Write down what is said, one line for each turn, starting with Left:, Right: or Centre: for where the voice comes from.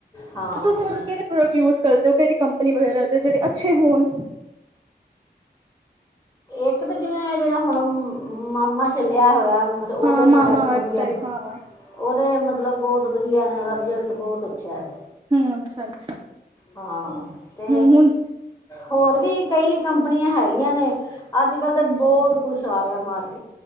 Left: ਹਾਂ
Right: ਤੇ ਤੁਸੀਂ ਮਤਲਬ ਕਿਹੜੇ ਪ੍ਰੋਡ ਯੂਸ ਕਰਦੇ ਹੋ ਕਿਹੜੀ ਕੰਪਨੀ ਵਗੈਰਾ ਦੇ ਜਿਹੜੇ ਅੱਛੇ ਹੋਣ।
Left: ਇੱਕ ਤਾਂ ਜਿਵੇਂ ਜਿਹੜਾ ਹੁਣ ਮਾਮਾ ਚੱਲਿਆ ਹੋਇਆ। ਤੇ ਉਹਦੇ
Right: ਹਾਂ
Left: ਪ੍ਰੋਡਕਟ
Right: ਮਾਮਾ ਅਰਥ
Left: ਵਧੀਆ
Right: ਟਾਈਪ
Left: ਨੇ
Right: ਹਾਂ
Left: ਉਹਦੇ ਮਤਲਬ ਬਹੁਤ ਵਧੀਆ ਨੇ ਉਹਦਾ ਰਿਜ਼ਲਟ ਬਹੁਤ ਅੱਛਾ ਹੈ।
Right: ਹੂੰ ਅੱਛਾ -ਅੱਛਾ
Left: ਹਾਂ ਤੇ
Right: ਹੂੰ ਹੁਣ
Left: ਹੋਰ ਵੀ ਕਈ ਕੰਪਨੀਆਂ ਹੈਗੀਆਂ ਨੇ ਅੱਜ ਕੱਲ ਤਾਂ ਬਹੁਤ
Right: ਅੱਛਾ
Left: ਕੁਛ ਆ ਰਿਹਾ ਮਾਰਕਿਟ